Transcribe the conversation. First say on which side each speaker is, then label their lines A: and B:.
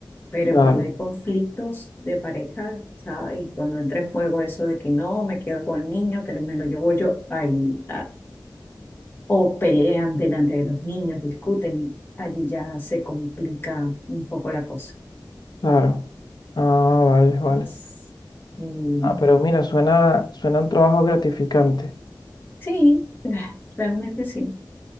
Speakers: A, on the left; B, on the left.
A: Pero
B: claro,
A: cuando hay conflictos de pareja, ¿sabes? Y cuando entra en juego eso de que no, me quedo con el niño, que me lo llevo yo, ahí, o pelean delante de los niños, discuten y allí ya se complica un poco la cosa.
B: claro. Ah, vale, vale.
A: Es- mm,
B: Ah, pero mira, suena, suena un trabajo gratificante.
A: sí, ah, realmente sí.